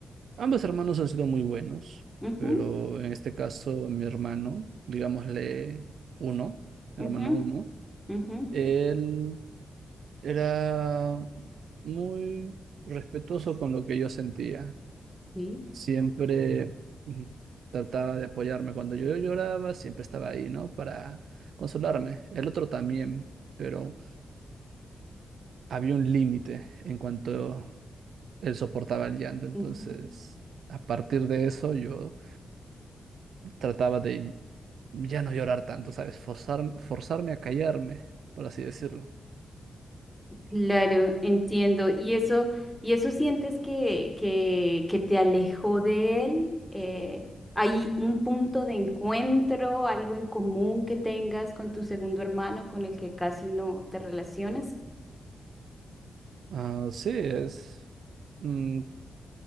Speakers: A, on the right (about 80°); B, in the centre.
A: ambos hermanos han sido muy buenos,
B: Ujú,
A: pero en este caso mi hermano, digámosle uno, mi
B: ujú,
A: hermano uno,
B: ujú,
A: él era muy respetuoso con lo que yo sentía.
B: sí.
A: siempre mm, trataba de apoyarme. Cuando yo lloraba, siempre estaba ahí, ¿no? Para consolarme. El otro también, pero había un límite en cuanto él soportaba el llanto. Entonces,
B: Ujú,
A: a partir de eso, yo trataba de ya no llorar tanto, ¿sabes? Forzar- forzarme a callarme, por así decirlo.
B: Claro, entiendo. ¿Y eso, y eso sientes que, que, que te alejó de él? Eh, ¿hay un punto de encuentro, algo en común que tengas con tu segundo hermano con el que casi no te relacionas?
A: Ah, sí, es... mm,